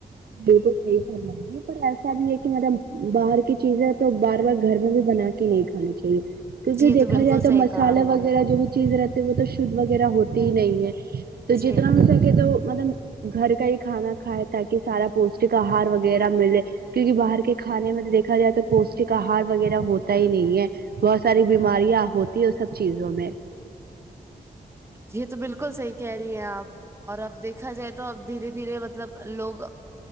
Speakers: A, on the right; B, on the right.
A: بالک صح کر ہے پر ایسا بھی ہے کہ مطلب باہر کی چیزیں تو بار بار گھر میں بھی بنا کے نہیں کھانی چاہیے کیونکہ
B: جی یہ
A: دیکھا
B: بالکل
A: جائے تو
B: صحیح
A: مسالے
B: کہا آپ نے
A: وغیرہ جو بھی چیز رہتی وہ تو شھ وغیرہ ہوتی ہی نہیں ہے تو
B: جی
A: جتنا م تو مطلب گھر کا ہی کھانا کھائے تاکہ سارا پوشٹک آہار وغیرہ ملے کیونکہ باہر کے کھانے میں تو دیکا جائے تو پوشٹک آہار وغیرہ ہوتا ہی نہیں ہے بہت ساری بیماریاں ہوتی ہے سب چیزوں میں
B: یہی تو بالکل صحیح کہہ رہی ہیں آپ اور اب دیکھا جائے تو اب دھیرے دھیرے مطلب لوگ